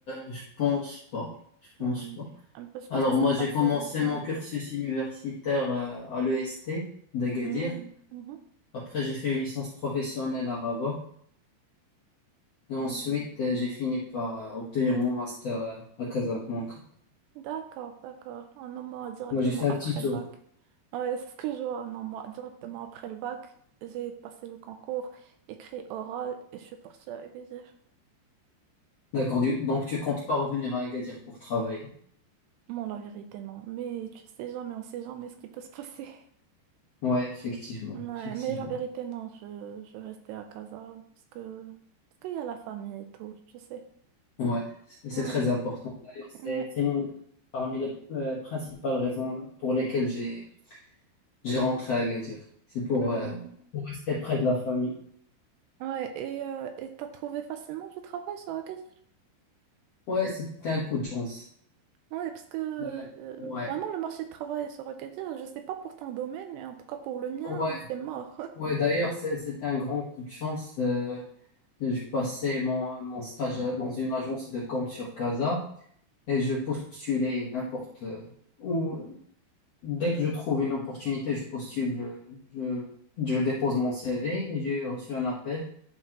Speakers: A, on the left; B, on the right.
A: je pense pas, je pense
B: Hmm.
A: pas.
B: Un peu, je
A: Alors
B: pense parce
A: moi
B: que t'as
A: j'ai
B: fait...
A: commencé
B: ah.
A: mon cursus universitaire euh, à l'EST d'Agadir.
B: Hmm. Mhm.
A: Après j'ai fait une licence professionnelle à Rabat et ensuite
B: Hmm.
A: euh, j'ai fini par euh, obtenir mon master euh, à Casablanca.
B: D'accord, d'accord. Ah, Non, moi, directement
A: Moi j'ai fait un
B: après
A: petit tour.
B: le bac. Ouais, c'est ce que je vois. Non, moi, directement après le bac, j'ai passé le concours, écrit oral, et je suis partie avec les F.
A: D'accord, du- donc tu comptes pas revenir à Agadir pour travailler.
B: Bon, la vérité, non. Mais tu sais jamais, on sait jamais ce qui peut se passer.
A: Ouais, effectivement,
B: Ouais,
A: effectivement.
B: mais la vérité, non, je, je restais à casa parce que, parce qu'il y a la famille et tout, je sais.
A: Ouais, c'est
B: Ouais,
A: c'est très important. D'ailleurs, c'est
B: ouais.
A: c'est l'une parmi les euh, principales raisons pour lesquelles j'ai J'ai rentré à Agadir. C'est pour.
B: Mm.
A: euh, Pour rester près de la famille.
B: Ouais, et euh, et t'as trouvé facilement du travail sur Agadir?
A: Ouais, c'était un coup de chance.
B: Ouais, parce que euh,
A: Euh, ouais,
B: vraiment, le marché de travail sur Agadir, je sais pas pour ton domaine, mais en tout cas pour le mien,
A: ouais,
B: c'est mort.
A: ouais. D'ailleurs, c'est- c'était un grand coup de chance. Euh, je passais mon, mon stage à- dans une agence de com sur Casa et je postulais n'importe euh, où. Dès que je trouve une opportunité, je postule, je, je, je dépose mon CV et j'ai reçu un appel.